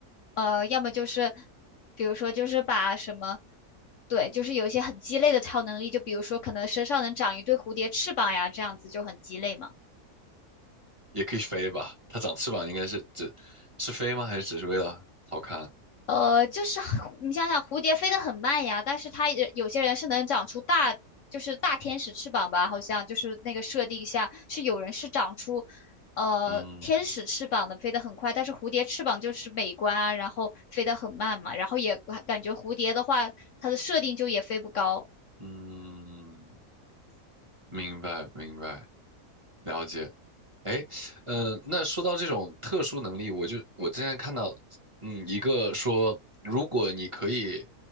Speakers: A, on the left (about 65°); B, on the right (about 25°).
A: 呃，要么就是，比如说就是把什么，对，就是有一些很鸡肋的超能力，就比如说可能身上能长一对蝴蝶翅膀呀，这样子就很鸡肋嘛。
B: 也可以飞吧？它长翅膀应该是只是飞吗？还是只是为了好看？
A: 呃，就是你想想，蝴蝶飞得很慢呀，但是它也有些人是能长出大，就是大天使翅膀吧，好像就是那个设定下是有人是长出，呃，
B: 嗯
A: 天使翅膀的，飞得很快，但是蝴蝶翅膀就是美观啊，然后飞得很慢嘛，然后也感觉蝴蝶的话，它的设定就也飞不高。
B: 嗯，明白明白。了解，哎，嗯、那说到这种特殊能力，我就我之前看到，嗯，一个说，如果你可以，